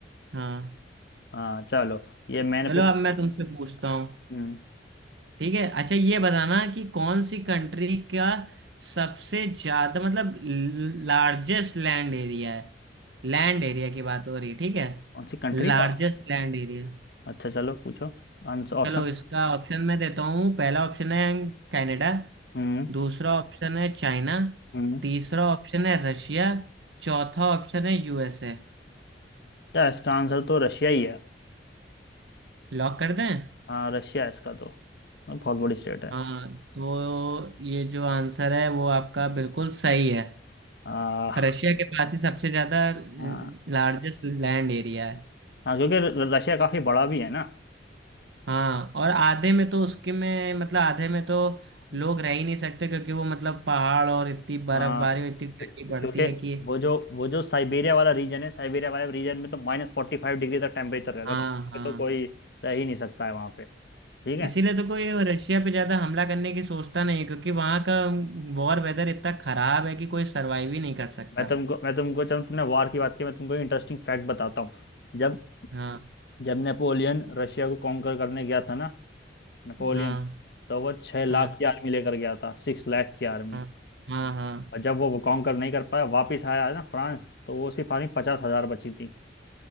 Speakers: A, on the right; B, on the left.
A: हाँ
B: हाँ चलो ये मैंने
A: चलो
B: पूछा
A: अब
B: था
A: मैं तुमसे पूछता हूँ
B: हम्म
A: ठीक है अच्छा ये बताना कि कौन सी कंट्री का सबसे ज्यादा मतलब लार्जेस्ट लैंड एरिया है लैंड एरिया की बात हो रही है ठीक है
B: कौन सी कंट्री
A: Largest
B: का
A: land area
B: अच्छा चलो पूछो Answer option
A: चलो इसका ऑप्शन मैं देता हूँ पहला ऑप्शन है कनाडा
B: हम्म
A: दूसरा ऑप्शन है चाइना
B: हम्म
A: तीसरा ऑप्शन है रशिया चौथा ऑप्शन है यूएसए
B: क्या इसका आंसर तो रशिया ही है
A: लॉक कर दें
B: हाँ रशिया है इसका तो बहुत बड़ी स्टेट है
A: हाँ तो ये जो आंसर है वो आपका बिल्कुल सही है
B: हाँ
A: रशिया के पास ही सबसे ज्यादा
B: हाँ
A: लार्जेस्ट लैंड एरिया है
B: हाँ, क्योंकि र- रशिया काफी बड़ा भी है ना
A: हाँ और आधे में तो उसके में मतलब आधे में तो
B: हम्म।
A: लोग रह ही नहीं सकते क्योंकि वो मतलब पहाड़ और इतनी बर्फबारी
B: हाँ
A: और इतनी ठंडी
B: क्योंकि
A: पड़ती है कि
B: वो जो वो जो साइबेरिया वाला रीजन है साइबेरिया वाले रीजन में तो माइनस फोर्टी फाइव डिग्री तक टेम्परेचर रहता
A: हाँ
B: है तो ये
A: हाँ
B: तो कोई रह ही नहीं सकता है वहाँ पे ठीक है
A: इसीलिए तो कोई रशिया पे ज्यादा हमला करने की सोचता नहीं है क्योंकि वहां का वॉर वेदर इतना खराब है कि कोई सरवाइव ही नहीं कर सकता
B: मैं तुमको मैं तुमको जब तुमने वार की बात की मैं तुमको इंटरेस्टिंग फैक्ट बताता हूँ जब
A: हाँ
B: जब नेपोलियन रशिया को कॉन्कर करने गया था ना नेपोलियन
A: हाँ
B: तो वो छह लाख
A: हाँ
B: की आर्मी लेकर गया था सिक्स लाख की आर्मी
A: हाँ हाँ हाँ
B: और जब वो कॉन्कर नहीं कर पाया वापस आया ना फ्रांस तो वो सिर्फ आर्मी पचास हजार बची थी